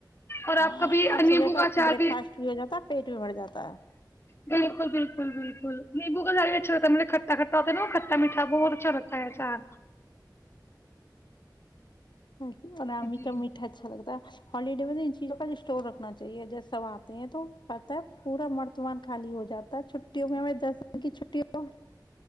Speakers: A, on the left (about 35°); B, on the left (about 80°).
A: اور
B: ہاں
A: آپ کبھی
B: اور
A: نیمبو
B: صبح کا
A: اچار
B: بریک فاسٹ بھی ہو جاتا ہے پیٹ بھی بھر جاتا ہے
A: بالکل بالکل بالکل نبو گز اچھا ہوتا مطلب کھٹا کھا ہوتے نا کھٹا مٹھا بہت اچھا لگتا س سار
B: ہاں جی اور م کاا
A: جی
B: میٹھا اچھا لگتا ہالیڈے میں تو ان چیزوں کا اسٹور رکھنا چاہیے جب سب آتے ہیں تو پتا ہے پورا مرتمان خالی ہو جاتا ہے چھٹیوں میں دس دن کی چھٹیوں